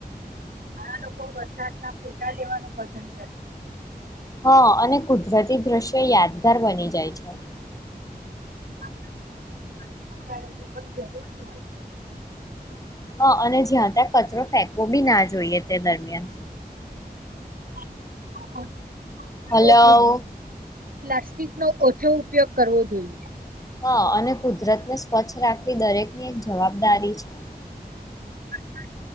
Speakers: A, on the right; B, on the left.
A: ઘણા લોકો વરસાદ ના ફોટા લેવાનું પસંદ કરે છે.
B: હા અને કુદરતી દ્રશ્ય યાદગાર બની જાય છે.
A: <inaudible>
B: હા અને જ્યાં ત્યાં કચરો ફેંકવો બી ના જોઈએ તે દરમિયાન.
A: <inaudible> કરવો
B: હાલો.
A: જોઈએ પ્લાસ્ટિકનો ઓછો ઉપયોગ કરવો જોઈએ.
B: હા અને કુદરતને સ્વચ્છ રાખવી દરેકની એક જવાબદારી છે. <inaudible>
A: વરસાદ